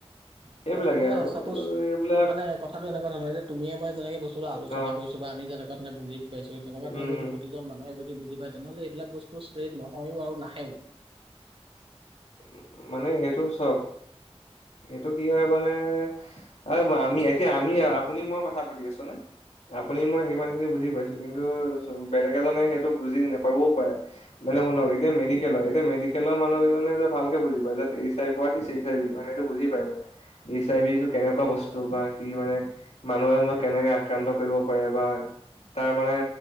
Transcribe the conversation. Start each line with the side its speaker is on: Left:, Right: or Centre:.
Left: সেইবিলাকে
Right: হয় এতিয়া
Left: আৰু
Right: চাপোজ
Left: এইবিলাক
Right: মানে কথাটো এনেকুৱা ধৰণৰ এতিয়া তুমিয়ে মই যেনেকে বস্তু আলোচনা
Left: অ'
Right: কৰিছো আমি যেনেকুৱ ধৰনে বুজি পাইছো তেনেকুৱা
Left: উম।
Right: ধৰনে যদি প্ৰতিজন মানুহে যদি বুজি তেনেহ'লে এইবিলাক বস্তু স্প্ৰেড নহয়ও আৰু নাহেও
Left: উ মানে সেইটো চাওঁক এইটো কি হয় মানে আৰু আমি এতিয়া আমি আপুনি মই কথা পাতি আছো হৈয়নে আপুনি মই হেই ইমান খিনি বুজি
Right: উম।
Left: পাইছে কিন্তু বেলেগ এজনে সেইটো বুজি নেপাবও পাৰে মানে শুনক এতি মেডিকেল
Right: সেইটোৱে
Left: হয় এতিয়া মেডিকেলৰ মানুহ কেইজনে যে ভালকে বুজি পায় যাতে এইচ আই ভি হোৱাত ইছ এইচ আই ভি মানে হেইটো বুজি পায় মানে এইচ
Right: উম
Left: আই ভি টো কেনেকুৱা
Right: বুজি
Left: বস্তু
Right: পায়
Left: বা সি মানে মানুহ এজনক কেনেকে আক্ৰান্ত কৰিব বা তাৰ মানে